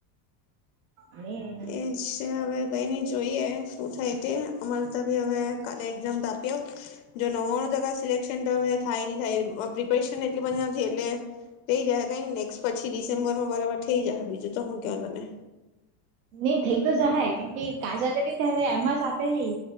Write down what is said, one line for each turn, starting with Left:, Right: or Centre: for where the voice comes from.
Right: અને.
Left: એ જ છે હવે કઈ નહી જોઈએ શું થાય તે અમાર. તો ભઈ હવે કાલે એઝામ આપી આવુ જો નવવાણું ટકા સિલેક્શન તો હવે થાય ની થાય વખ. પ્રિપેરેશન એટલી બધી નથી એટલે. થઈ જાય કઈ નેક્સ્ટ પછી ડિસેમ્બરમાં બરાબર થઈ જાહે બીજું તો હું ક્યો તમે.
Right: નઈ થઈ તો જાહે કેમ કે કાજલે બી ત્યારે એમ જ આપેલી